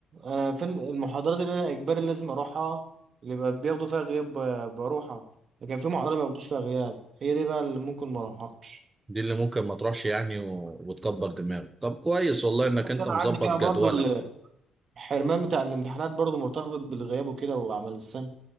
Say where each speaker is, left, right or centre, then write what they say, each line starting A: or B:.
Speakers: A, on the right; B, on the right.
A: انا في المحاضرات اللي انا اجباري لازم اروحها اللي بقى بياخدوا فيها غياب ب- بروحها لكن في محاضرات ما بياخدوش فيها غياب هي دي بقى اللي ممكن ما اروحهاش
B: دي اللي ممكن ما تروحش يعني و... وتكبر دماغك طب كويس والله
A: بالظبط
B: انك انت
A: انا
B: مظبط
A: عندي كده
B: جدولك
A: برضو ال- الحرمان بتاع الامتحانات برضو مرتبط بالغياب وكده وعمل السنه